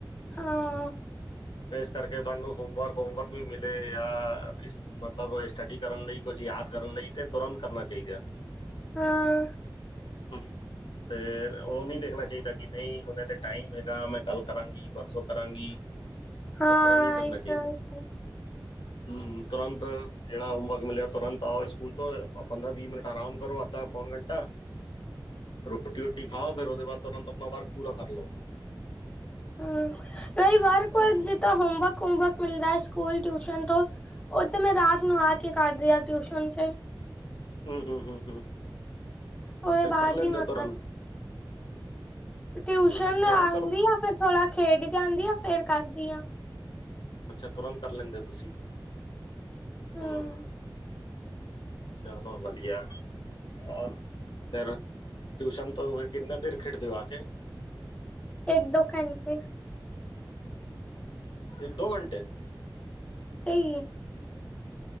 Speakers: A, on the left (about 15°); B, on the left (about 75°).
A: ਹਾਂ।
B: ਇਸ ਕਰਕੇ ਤੁਹਾਨੂੰ ਹੋਮਵਰਕ-ਹੋਮਵਰਕ ਵੀ ਮਿਲੇ ਆ ਇਸ ਮਤਲਬ ਸਟੱਡੀ ਕਰਨ ਲਈ ਕੁਝ ਯਾਦ ਕਰਨ ਲਈ ਤੇ ਤੁਰੰਤ ਕਰਨਾ ਚਾਹੀਦਾ ਐ।
A: ਹਾਂ।
B: ਹੂੰ ਤੇ ਓ ਨਈ ਦੇਖਣਾ ਚਾਹੀਦਾ ਕਿ ਨਈ ਹੁਣ ਤੇ ਟਾਈਮ ਹੈਗਾ ਮੈਂ ਕਲ ਕਰਾਂਗੀ। ਕੀ ਪਰਸੋਂ ਕਰਾਂਗੀ
A: ਹਾਂ
B: ਇਸ ਤਰ੍ਹਾਂ ਨਈ ਕਰਨਾ
A: ਇਹ
B: ਚਾਹੀਦਾ।
A: ਤਾਂ ਹੂੰ,
B: ਹੂੰ ਤੁਰੰਤ ਜੇੜਾ ਹੋਮਵਰਕ ਮਿਲਿਆ ਤੁਰੰਤ ਆਓ ਸਕੂਲ ਤੋਂ ਪੰਦਰਾਂ ਵੀਹ ਮਿੰਟ ਆਰਾਮ ਕਰੋ ਅੱਧਾ ਪੌਣ ਘੰਟਾ ਰੋਟੀ ਰੁਟੀ ਖਾਓ ਫਿਰ ਉਹਦੇ ਬਾਦ ਤੁਰੰਤ ਆਪਣਾ ਵਰਕ ਪੂਰਾ ਕਰ ਲਓ।
A: ਹੂੰ ਕਈ ਵਰਕ-ਵਰਕ
B: ਹੂੰ
A: ਜਿੱਦਾਂ ਹੋਮਵਰਕ- ਹੋਮਵਰਕ ਮਿਲਦਾ ਸਕੂਲ ਟਿਊਸ਼ਨ ਤੋਂ ਉਹ ਤੇ ਮੈਂ ਰਾਤ ਨੂੰ ਆ ਕੇ ਕਰਦੀ ਆ ਟਿਊਸ਼ਨ ਚ।
B: ਹਮ-ਹਮ, ਹਮ-ਹਮ
A: ਉਹਦੇ
B: ਤੇ
A: ਬਾਅਦ
B: ਕਰ ਲੈਂਦੇ
A: ਹੀ ਮੈਂ
B: ਓ
A: ਕਰ
B: ਤੁਰੰਤ?
A: ਟਿਊਸ਼ਨ
B: ਤੁਸੀਂ
A: ਤੋਂ
B: ਤੁਰੰਤ
A: ਆਉਂਦੀ
B: ਕਰ?
A: ਆ ਫ਼ਿਰ ਥੋੜਾ ਖੇਡ ਕੇ ਆਉਂਦੀ ਆ, ਫੇਰ ਕਰਦੀ ਹਾਂ।
B: ਅੱਛਾ ਤੁਰੰਤ ਕਰ ਲੈਂਦੇ ਹੋ ਤੁਸੀ
A: ਹੂੰ।
B: ਹਮ। ਹਮ ਚਲੋ ਵਧੀਆ। ਔਰ ਫਿਰ ਟਿਊਸ਼ਨ ਤੋਂ ਫ਼ੇਰ ਕਿੰਨੀ ਦੇਰ ਖਿਡਦੇ ਹੋ ਆ ਕੇ?
A: ਇੱਕ ਦੋ ਘੰਟੇ।
B: ਇੱਕ ਦੋ ਘੰਟੇ।
A: ਸਹੀ ਹੈ।